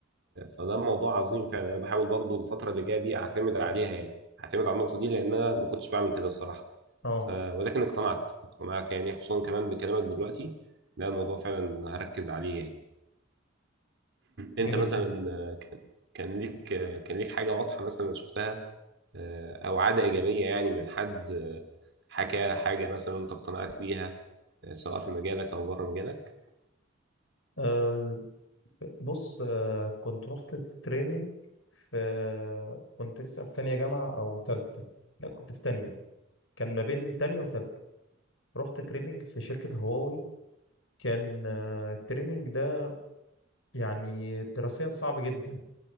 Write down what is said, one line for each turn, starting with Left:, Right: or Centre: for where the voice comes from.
Right: فده موضوع عظيم فعلا انا بحاول برضو الفتره اللي جايه دي اعتمد عليها يعني اعتمد على النقطه دي لان انا ما كنتش بعمل كده الصراحه
Left: اه
Right: ف... ولكن اقتنعت اقتنعت يعني خصوصا كمان بكلامك دلوقتي لا الموضوع فعلا هركز عليه يعني
Left: جميل
Right: انت مثلا
Left: جدا
Right: آه، كان كان ليك آه، كان ليك حاجه واضحه مثلا شفتها آه، او عاده ايجابيه يعني من حد آه، حكى حاجه مثلا انت اقتنعت بيها آه، سواء في مجالك او بره مجالك
Left: آه ز- بص آه كنت رحت تريننج في كنت لسه في تانية جامعة او تالتة لا كنت في تانية كان ما بين تانية وتالتة رحت تريننج في شركة هواوي كان آه التريننج ده يعني دراسيا صعب جدا